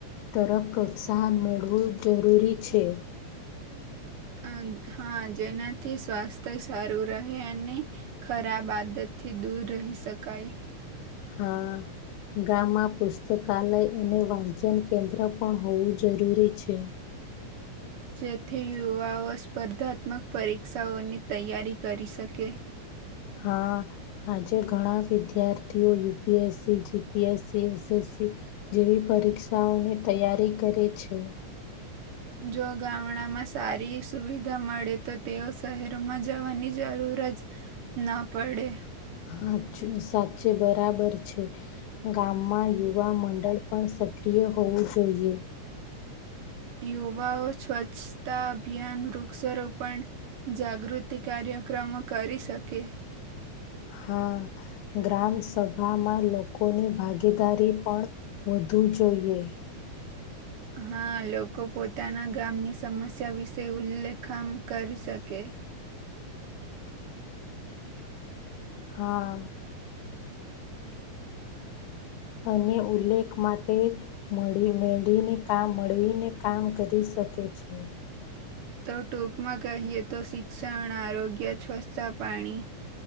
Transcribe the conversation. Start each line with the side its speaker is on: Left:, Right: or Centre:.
Left: તરફ પ્રોત્સાહન મેળવું જરૂરી છે.
Right: અ હા જેનાથી સ્વાસ્થ્ય સારું રહે અને ખરાબ આદતથી દૂર રહી શકાય
Left: હા. ગામમાં પુસ્તકાલય અને વાંચન કેન્દ્ર પણ હોવું જરૂરી છે.
Right: જેથી યુવાઓ સ્પર્ધાત્મક પરીક્ષાઓની તૈયારી કરી શકે.
Left: હા આજે ઘણા વિદ્યાર્થીઓ યુપીએસસી જીપીએસસી એસએસસી જેવી પરીક્ષાઓને તૈયારી કરે છે.
Right: જો ગામડામાં સારી સુવિધા મળે તો તેઓ શહેરોમાં જવાની જરૂર જરૂર જ ના પડે
Left: સા સાચે બરાબર છે ગામમાં યુવા મંડળ પણ સક્રિય હોવું જોઈએ
Right: યુવાઓ સ્વચ્છતા અભિયાન વૃક્ષારોપણ જાગૃતિ કાર્યો ક્રમ કરી શકે
Left: હા ગ્રામ સભામાં લોકોની ભાગીદારી પણ- વધુ જોઈએ
Right: હા લોકો પોતાના ગામની સમસ્યા વિશે ઉલ્લેખમ કરી શકે.
Left: હા. અને ઉલ્લેખ માટે મળી મેળીને કામ મળીને કામ કરી શકે છે.
Right: તો ટૂંકમાં કહીએ તો શિક્ષણ આરોગ્ય છવચ્છતા પાણી-